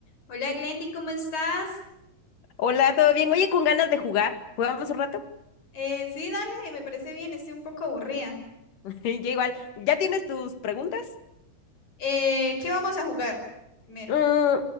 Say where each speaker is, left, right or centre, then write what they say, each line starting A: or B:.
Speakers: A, on the left; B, on the left.
A: Hola Glendy, ¿cómo estás?
B: Hola, ¿todo bien? Oye, con ganas de jugar. ¿Jugamos un rato?
A: Eh, sí, dale, me parece bien, estoy un poco aburrida.
B: <laughs> Ya igual. ¿Ya tienes tus preguntas?
A: Eh, ¿qué vamos a jugar primero?
B: Mm,